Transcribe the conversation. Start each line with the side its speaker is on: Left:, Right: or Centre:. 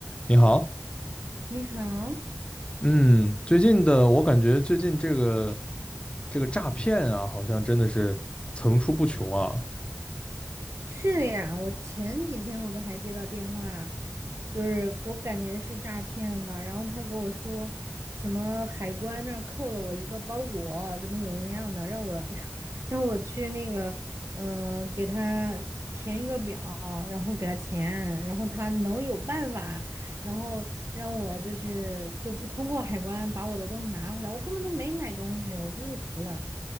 Left: 你好，
Right: 你好，
Left: 嗯，最近的我感觉最近这个这个诈骗啊，好像真的是层出不穷啊，
Right: 是呀，我前几天我都还接到电话，就是我感觉是诈骗吧，然后他跟我说什么海关那儿扣了我一个包裹，怎么怎么样的，让我 <laughs> 让我去那个，嗯、给他填一个表儿然后给他钱，然后他能有办法，然后让我就是就不通过海关把我的东西拿回来，我根本都没买东西，我真是服了。